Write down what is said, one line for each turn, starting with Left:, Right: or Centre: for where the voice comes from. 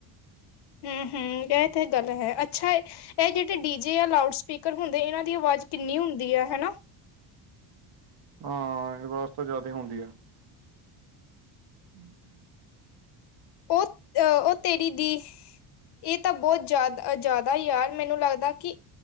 Left: ਹੂੰ ਹੂੰ, ਏ ਤੇ ਗੱਲ ਹੈ ਅੱਛਾ। ਇਹ ਜਿਹੜੇ ਡੀ ਜੇ ਜਾਂ ਲਾਊਡ ਸਪੀਕਰ ਹੁੰਦੇ ਇਹਨਾਂ ਦੀ ਆਵਾਜ਼ ਕਿੰਨੀ ਹੁੰਦੀ ਆ ਹਨਾ।
Right: ਹਾਂ ਅਵਾਜ ਤਾਂ ਜ਼ਿਆਦਾ ਹੁੰਦੀ ਆ। <inaudible>
Left: ਓ ਅ ਓ ਤੇਰੀ ਦੀ। ਇਹ ਤਾਂ ਬਹੁਤ ਜ਼ਿਆਦਾ ਜ਼ਿਆਦਾ ਈ ਯਾਰ ਮੈਨੂੰ ਲੱਗਦਾ ਕਿ